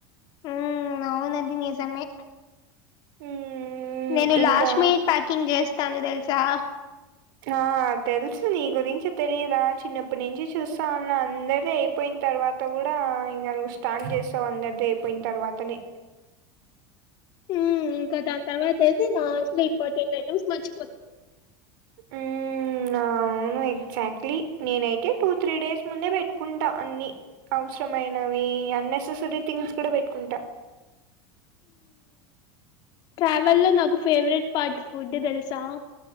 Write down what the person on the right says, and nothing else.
మ్మ్
ఇంకా
ఆ తెలుసు నీ గురించి తెలియదా చిన్నప్పటి నుంచి చూస్తా ఉన్నా అందరిది అయిపోయి త ర్వాత గూడా ఇంగ నువ్వు స్టాండ్ జేస్తవ్ అందరిది అయిపోయిన తర్వాతనే
ఉమ్ ఆ అవును ఎగ్జాక్ట్లీ నేనైతే టూ త్రీ డేస్ ముందే పెట్టుకుంటా అన్ని అవసరమైనవి అన్నెసెసరీ థింగ్స్ కూడా పెట్టుకుంటా